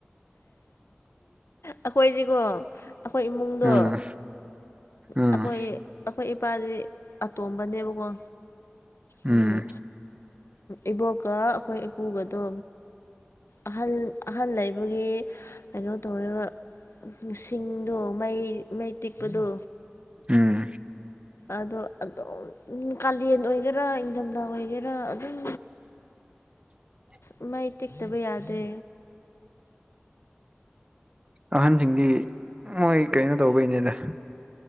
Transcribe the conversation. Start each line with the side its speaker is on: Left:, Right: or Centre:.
Left: ꯑꯩꯈꯣꯏꯗꯤꯀꯣ ꯑꯩꯈꯣꯏ ꯏꯃꯨꯡꯗꯣ
Right: ꯎꯝ ꯎꯝ
Left: ꯑꯩꯈꯣꯏ ꯑꯩꯈꯣꯏ ꯏꯄꯥꯗꯤ ꯑꯇꯣꯝꯕꯅꯦꯕꯀꯣ
Right: ꯎꯝ
Left: ꯑꯗꯨꯗꯤ ꯏꯕꯣꯛꯀ ꯑꯩꯈꯣꯏ ꯏꯄꯨꯒꯗꯣ ꯑꯍꯜ ꯑꯍꯜ ꯂꯩꯕꯒꯤ ꯀꯩꯅꯣ ꯇꯧꯋꯕ ꯁꯤꯡꯗꯣ ꯃꯩ ꯃꯩ ꯇꯤꯛꯄꯗꯣ
Right: ꯎꯝ
Left: ꯑꯗꯣ ꯑꯗꯨꯝ ꯀꯥꯂꯦꯟ ꯑꯣꯏꯒꯦꯔꯥ ꯏꯪꯊꯝꯊꯥ ꯑꯣꯏꯒꯦꯔꯥ ꯑꯗꯨꯝ
Right: <inaudible>
Left: ꯑ ꯃꯩ ꯇꯦꯛꯇꯕ ꯌꯥꯗꯦ
Right: ꯑꯍꯟꯁꯤꯡꯗꯤ ꯃꯣꯏ ꯀꯩꯅꯣ ꯇꯧꯕꯩꯅꯦꯗ